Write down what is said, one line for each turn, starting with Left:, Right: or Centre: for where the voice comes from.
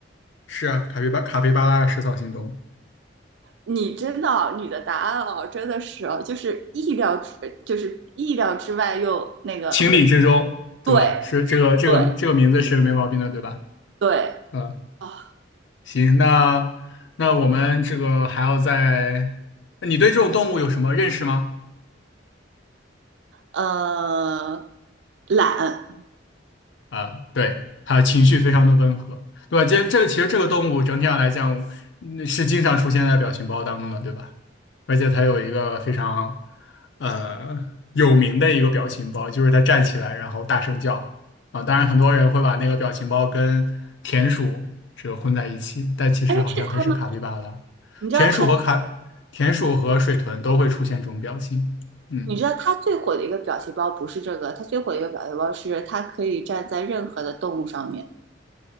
Left: 是啊，卡皮巴卡皮巴拉食草性动物，
Right: 你真的哦你的答案哦，真的是哦，就是意料之，就是意料之外又那个，
Left: 情理之中，
Right: 不对，
Left: 对吧？
Right: 对
Left: 是这个这个这个名字是没毛病的，
Right: 对
Left: 对吧？
Right: 对
Left: 嗯，
Right: 啊，
Left: 行，那那我们这个还要再，你对这种动物有什么认识吗？
Right: 呃，懒，
Left: 啊，对，它情绪非常的温和，对吧？这这其实这个动物整体上来讲，嗯是经常出现在表情包当中的，对吧？而且它有一个非常呃有名的一个表情包，就是它站起来然后大声叫啊。当然，很多人会把那个表情包跟田鼠这个混在一起，但其实好像它是卡皮巴拉。
Right: 哎，是他吗？你知道他，
Left: 田鼠和卡，田鼠和水豚都会出现这种表情，嗯。
Right: 你知道他最火的一个表情包不是这个，他最火的一个表情包是他可以站在任何的动物上面。